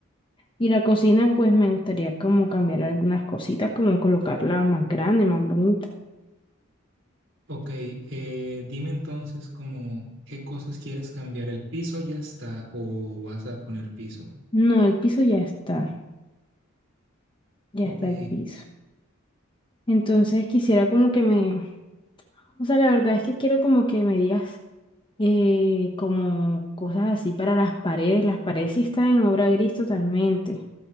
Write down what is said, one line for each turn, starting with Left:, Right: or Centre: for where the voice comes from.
Left: Y la cocina, pues me gustaría como cambiar algunas cositas, como colocarla más grande, más bonita.
Right: Ok, eh, dime entonces como qué cosas quieres cambiar, el piso ya está o vas a poner piso.
Left: No, el piso ya está, ya
Right: Ok,
Left: está el piso. Entonces quisiera como que me, o sea, la verdad es que quiero como que me digas eh, como cosas así para las paredes. Las paredes sí están en obra gris totalmente.